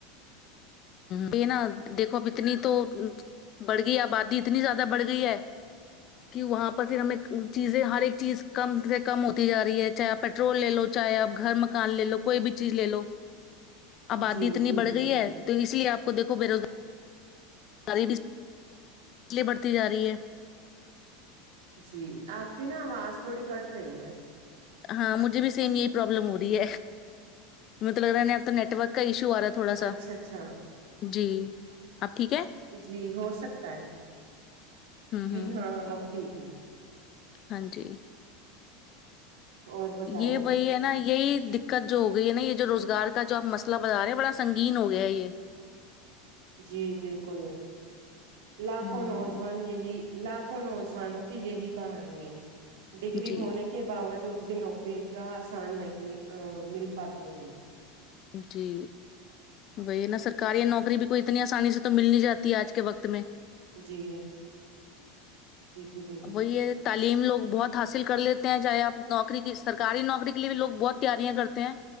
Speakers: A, on the left; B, on the right.
A: بنا دیکھو اب اتنی تو بڑھ گئی آبادی اتنی زیادہ بڑھ گئی ہے کہ وہاں پر پھر ہمیں چیزیں ہر ایک چیز کم سے کم ہوتی جا رہی ہے چاہے آپ پیٹرول لے لو چاہے آپ گھر مکان لے لو کوئی بھی چیز لے لو آبادی
B: جی
A: اتنی
B: بالکل
A: بڑھ گئی ہے تو اس لیے آپ کو دیکھو بے۔ وزگاری بھی لی بڑتی جا رہی ہے
B: جی آپ کی نا آواز تھوڑی کٹ رہی ہے
A: ہاں مجھے بھی سیم یہی پرابلم ہو رہی مطلب ہے نا نیٹ ورک کا ایشو آ رہا تھوڑا سا
B: اچھا اچھا
A: جی اب ٹھیک ہے
B: جی ہو سکتا ہے
A: ہوں ہوں
B: جی ہاں اب ٹھیک ہے
A: ہاں جی
B: اور بتائیں
A: یہ وہی ہے نہ یہ ہے دیک کا جو ہو گئی ہے نا یہ جو روزگار کا جو آپ مسئلہ بتا رہے ہیں بڑا سنگین ہو گیا ہے یہ
B: جی بالکل لاکھوں
A: ہوں
B: نوجوان یہی لاکھوں نوجوانوں کی یہی کہانی ہے ڈگری
A: جی
B: ہونے کے باوجود بھی نوکری کا آسان نہیں آ مل پاتی انہیں
A: جی وہی ہے نا سرکاری یا نوکری بھی کوئی اتنی آسانی سے تو مل نہیں جاتی ہے آج کے وقت میں
B: جی جی جی بلکل
A: وہی ہے تعلیم لوگ بہت حاصل کر لیتے ہیں چاہے آپ نوکری کی سرکاری نوکری کے لیے بھی لوگ بہت تیاریاں کرتے ہیں